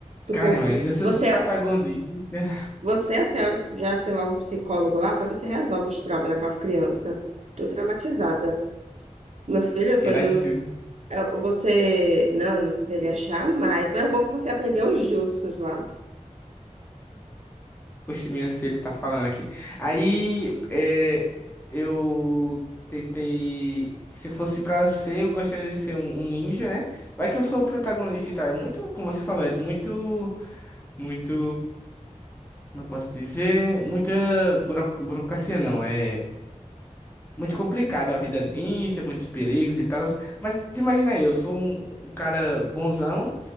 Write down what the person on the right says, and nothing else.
Tu
pô,
psi-
Você,
é-
você, é a senhora, já, sei lá, um psicólogo lá pra ver se resolve os traumas daquelas crianças. Tô traumatizada. Meu filho, pois
eu não. eu- Você. Não, eu não viveria jamais. Mas é bom que você aprendeu os jutsus lá.